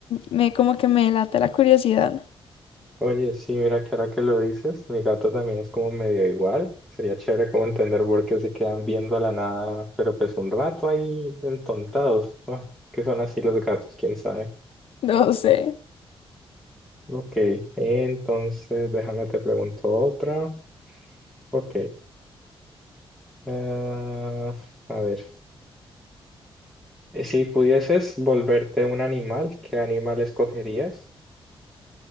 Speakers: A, on the left; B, in the centre.
A: me como que me late la curiosidad.
B: Oye, sí, mira que ahora que lo dices, mi gato también es como medio igual, sería chévere como entender por qué se quedan viendo a la nada, pero pues un rato ahí entontados, Ah, es que son así los gatos, quién sabe.
A: No sé.
B: Ok, entonces déjame te pregunto otra. Ok. Ah, a ver, eh, si pudieses volverte un animal, ¿qué animal escogerías?